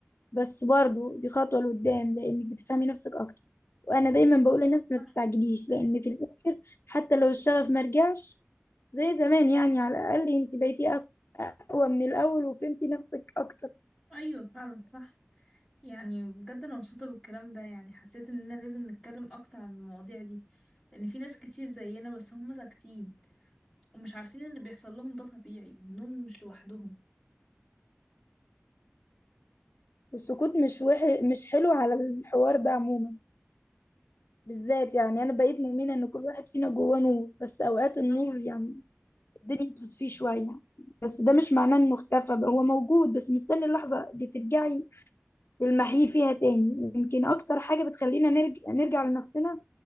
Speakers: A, on the left (about 55°); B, in the centre.
A: بس برضو دي خطوة لقدام لأنك بتفهمي نفسك أكتر وأنا دايما بقول لنفسي ما
B: صح
A: تستعجليش لأن في الآخر حتى لو الشغف ما رجعش زي زمان يعني على الأقل أنت بقيتي أق- أقوى من الأول وفهمتي نفسك أكتر
B: ايوه فعلا صح يعني بجد انا مبسوطه بالكلام ده يعني حسيت اننا لازم نتكلم اكتر عن المواضيع دي لان في ناس كتير زينا بس هم ساكتين ومش عارفين إن اللي بيحصل لهم ده طبيعي وانهم مش لوحدهم
A: والسكوت مش وح... مش حلو على الحوار ده عموما بالذات يعني أنا بقيت مؤمنة إن كل واحد فينا جواه نور بس أوقات النور
B: بالظبط
A: يعني الدنيا بتصفيه شوية بس ده مش معناه إنه اختفى بقى هو موجود بس مستني اللحظة اللي ترجعي نلمحيه فيها تاني يمكن أكتر حاجة بتخلينا نرجع, نرجع لنفسنا